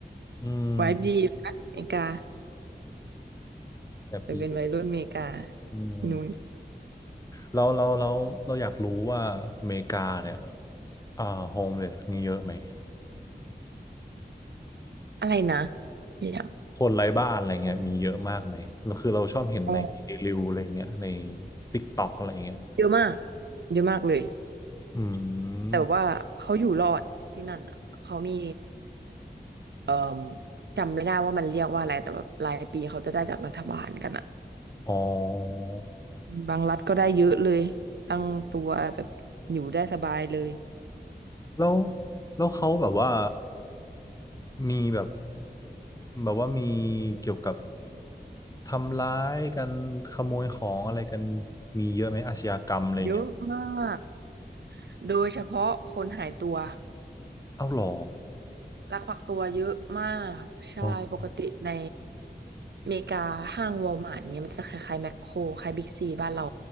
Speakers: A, on the left; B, on the right.
A: อืม
B: ไว้ดีเลยนะอเมริกา
A: อยากไปอยู่
B: แต่เป็นวัยรุ่นอเมริกา
A: อืม
B: ที่นู้น
A: เราเราเราเราอยากรู้ว่าอเมริกาเนี่ยอ่าโฮมเลสมีเยอะไหม
B: อะไรนะอย่าง
A: คนไร้บ้านอะไรเงี้ยมีเยอะมากไหมแล้วคือเราชอบเห็นในรีวิวอะไรเงี้ยใน
B: อ๋อ
A: ติ๊กต็อกอะไรเงี้ย
B: เยอะมากเยอะมากเลย
A: อืม
B: แต่ว่าเขาอยู่รอดที่นั่นอะเขามี เอ่อจำไม่ได้ว่ามันเรียกว่าอะไรแต่แบบรายปีเขาจะได้จากรัฐบาลกันอะ
A: อ๋อ
B: บางรัฐก็ได้เยอะเลยตั้งตัวแบบอยู่ได้สบายเลย
A: แล้วแล้วเขาแบบว่ามีแบบแบบว่ามีเกี่ยวกับทำร้ายกันขโมยของอะไรกันมีเยอะไหมอาชญากรรมอะไรอย่างเงี้ย
B: เยอะมากโดยเฉพาะคนหายตัว
A: เอ้าเหรอ
B: ลักพาตัวเยอะมากใช่ปกติใน
A: อ๋อ
B: อเมริกาห้างวอลมาร์ทเนี้ยมันจะคล้ายๆแมคโครคล้ายบิ๊กซีบ้านเรา